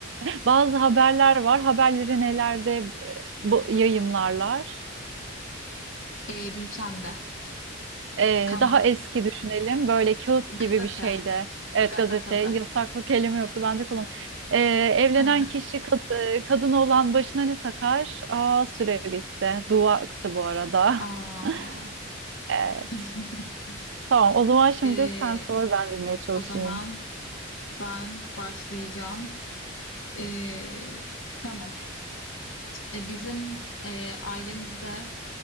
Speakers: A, on the right (about 60°); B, on the left (about 75°).
A: <laughs> bazı haberler var haberleri nelerde e, bu, yayımlarlar.
B: Ee, bültende,
A: Ee,
B: kanal,
A: daha eski düşünelim. Böyle kağıt gibi
B: gazete,
A: bir şeyde. Evet
B: gazetede.
A: gazete. Yasaklı kelime yoktu. Ben de kullan. Ee, evlenen
B: <laughs>
A: kişi kad e, kadın olan başına ne takar? Aa süre bitti. Dua aktı bu arada.
B: Aa.
A: <laughs> Evet.
B: <laughs>
A: Tamam. O zaman şimdi
B: Ee,
A: sen sor ben bilmeye çalışayım.
B: o zaman ben başlayacağım. Ee, tamam. Ee, bizim e, ailemizde